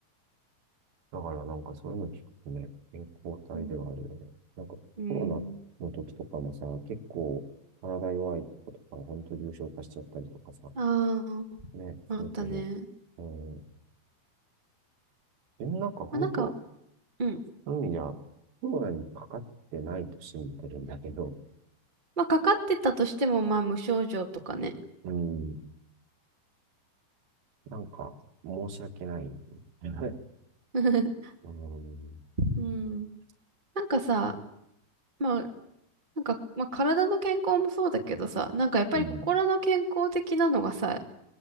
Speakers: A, on the right; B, on the right.
A: だからなんかそういうの聞くとね、健康体ではあるよね。
B: うん。
A: なんかコロ
B: うん。
A: ナの時とかもさ、結構体弱い子とか、ほんと重症化しちゃったりとかさ、
B: ああ、
A: ね、
B: あったね。
A: するけど、うん、でもなんか本当
B: まあ、なんか、うん。
A: そういう意味じゃ、コロナにかかってないと信じてるんだけど、
B: まあ、かかってたとしても、まあ、無症状とかね。
A: うん、なんか、申し訳ない。<laughs>
B: <laughs>
A: うん、<laughs>
B: うん。なんかさ、まあ、なんか、まあ、体の健康もそうだけどさ、なんかやっぱり心の健康的なのがさ、
A: うん。
B: やっ